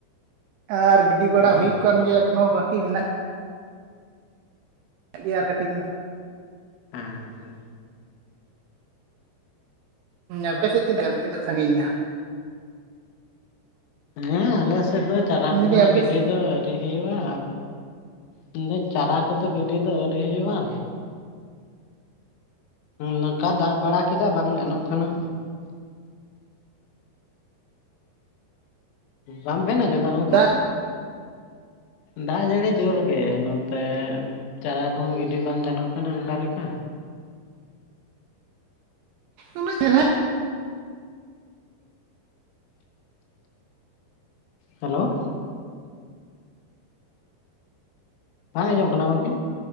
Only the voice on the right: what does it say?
ᱟᱨ ᱜᱤᱰᱤ ᱵᱟᱲᱟ
ᱦᱩᱭᱩᱜ ᱠᱟᱱ ᱜᱮᱭᱟ ᱮᱠᱷᱚᱱᱚ ᱵᱟᱠᱤ ᱢᱮᱱᱟᱜ ᱜᱮᱭᱟ ᱟᱨ ᱠᱟᱴᱤᱱ ᱫᱚ
ᱟᱯᱮ ᱥᱮᱫ ᱛᱤᱱᱟᱹᱜ ᱜᱟᱱ ᱛᱤᱱᱟᱹᱜ ᱥᱟᱺᱜᱤᱧ ᱮᱱᱟ?
ᱢᱮᱱᱫᱟᱞᱤᱧ
ᱟᱯᱮ
ᱥᱮᱫ
ᱫᱟᱜ
ᱩᱱᱟᱹᱜ ᱪᱮᱨᱦᱟ